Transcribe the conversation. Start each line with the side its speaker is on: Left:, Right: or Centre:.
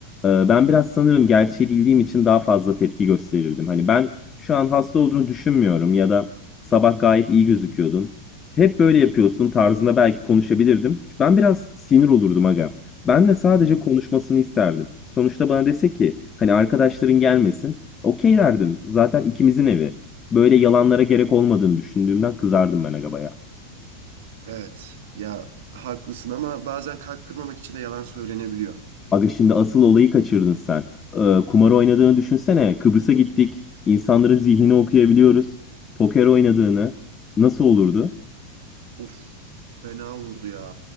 Left: e, ben biraz sanırım gerçeği bildiğim için daha fazla tepki gösterirdim. Hani ben şu an hasta olduğunu düşünmüyorum ya da sabah gayet iyi gözüküyordun. Hep böyle yapıyorsun tarzında belki konuşabilirdim. Ben biraz sinir olurdum aga. Ben de sadece
Right: Hı hı.
Left: konuşmasını isterdim. Sonuçta bana dese ki hani arkadaşların gelmesin. Okey derdim. Zaten ikimizin evi. Böyle yalanlara gerek olmadığını düşündüğümden kızardım ben aga baya.
Right: Evet ya haklısın ama bazen kalp kırmamak için de yalan söylenebiliyor.
Left: Aga şimdi asıl olayı kaçırdın sen. Ee, kumar oynadığını düşünsene. Kıbrıs'a gittik. İnsanların zihnini okuyabiliyoruz. Poker oynadığını. Nasıl olurdu?
Right: Uf fena olurdu ya.